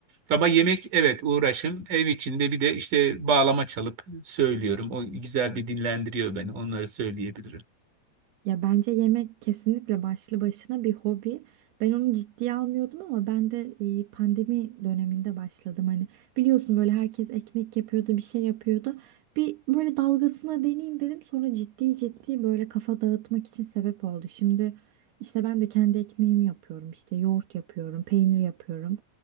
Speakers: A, on the right (about 55°); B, on the right (about 80°).
A: Ama yemek evet uğraşım. Ev içinde bir de işte bağlama çalıp söylüyorum. O güzel bir dinlendiriyor beni. Onları söyleyebilirim.
B: Ya bence yemek kesinlikle başlı başına bir hobi. Ben onu ciddiye almıyordum ama ben de e, pandemi döneminde başladım. Hani biliyorsun böyle herkes ekmek yapıyordu, bir şey yapıyordu. Bir böyle dalgasına deneyeyim dedim. Sonra ciddi ciddi böyle kafa dağıtmak için sebep oldu. Şimdi işte ben de kendi ekmeğimi yapıyorum. İşte yoğurt yapıyorum, peynir yapıyorum.